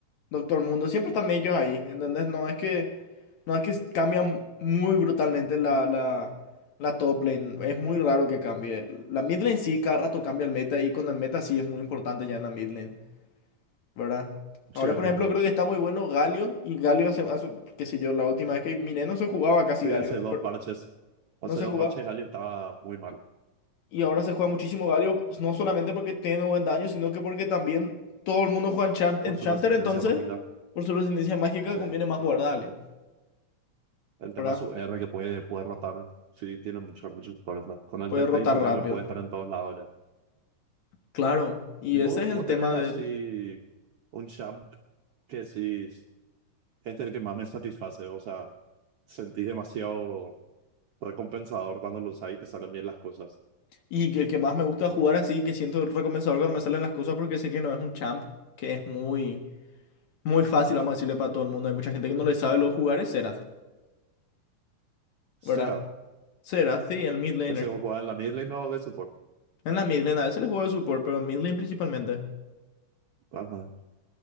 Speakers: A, on the left (about 60°); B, on the right (about 85°).
A: Doctor Mundo, siempre están ellos ahí, ¿entendés? No es que, no es que cambian muy brutalmente la, la, la top lane. Es muy raro que cambie. La mid lane sí, cada rato cambia el meta y con el meta sí es muy importante ya en la mid lane, ¿verdad? Ahora,
B: Cierto.
A: por ejemplo, creo que está muy bueno Galio y Galio hace, hace- qué sé yo, la última vez que miré no se jugaba casi
B: Sí,
A: Galio,
B: hace dos
A: pero
B: parches. Hace
A: no se
B: dos
A: jugaba.
B: parches, Ali estaba muy mal.
A: Y ahora se juega muchísimo Galio, no solamente porque tiene buen daño, sino que porque también todo el mundo juega Enchant-
B: Por
A: Enchanter,
B: su resistencia
A: entonces,
B: mágica.
A: por su resistencia mágica,
B: Sí.
A: conviene más jugar Galio,
B: El tema
A: ¿verdad?
B: es su R que puede, puede rotar. Sí, tiene muchos, muchos colores. ¿no? Con el
A: Puede
B: TP
A: rotar
B: y su
A: rápido.
B: R puede estar en todos lados ya.
A: Claro, y
B: ¿Vos,
A: ese es el
B: vos
A: tema
B: tenés
A: del...
B: así un champ que sí es es el que más me satisface. O sea, sentís demasiado recompensador cuando lo usás y te salen bien las cosas.
A: Y el que más me gusta jugar así, que siento recompensador cuando me salen las cosas, porque sé que no es un champ, que es muy, muy fácil, vamos a decirle, para todo el mundo. Hay mucha gente que no le sabe lo jugar, es Xerath, ¿verdad?
B: Será,
A: Xerath, sí, el mid laner.
B: ese vos jugás en la mid lane o de support.
A: En la mid lane a veces le juego de support, pero en mid lane principalmente.
B: Ajá.